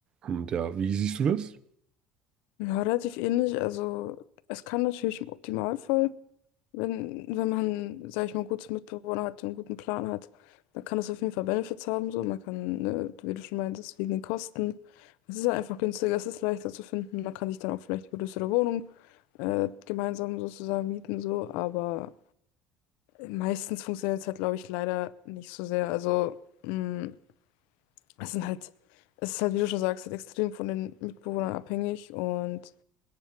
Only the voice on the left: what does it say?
Ja, relativ ähnlich. Also es kann natürlich im Optimalfall. Wenn, wenn man, sag ich mal, gute Mitbewohner hat, einen guten Plan hat, dann kann das auf jeden Fall Benefits haben. So, man kann, ne, wie du schon meintest, wegen den Kosten. Es ist halt einfach günstiger, es ist leichter zu finden. Man kann sich dann auch vielleicht eine größere Wohnung äh, gemeinsam sozusagen mieten, so. Aber meistens funktioniert es halt, glaube ich, leider nicht so sehr. Also, mh, es sind halt, es ist halt, wie du schon sagst, halt extrem von den Mitbewohnern abhängig und